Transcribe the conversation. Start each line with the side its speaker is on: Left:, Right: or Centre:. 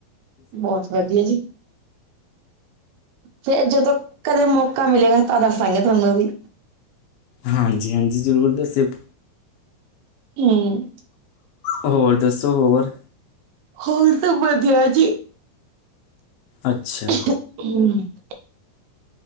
Right: ਬਹੁਤ ਵਧੀਆ ਜੀ। ਫੇਰ ਜਦੋਂ ਕਦੇ ਮੌਕਾ ਮਿਲੇਗਾ ਤਾਂ ਦੱਸਾਂਗੇ ਤੁਹਾਨੂੰ ਵੀ।
Left: ਹਾਂਜੀ-ਹਾਂਜੀ ਜ਼ਰੂਰ ਦੱਸਿਓ।
Right: ਹੂੰ
Left: ਹੋਰ ਦੱਸੋ ਹੋਰ?
Right: ਹੋਰ ਤਾਂ ਵਧੀਆ ਜੀ।
Left: ਅੱਛਾ।
Right: <unintelligible>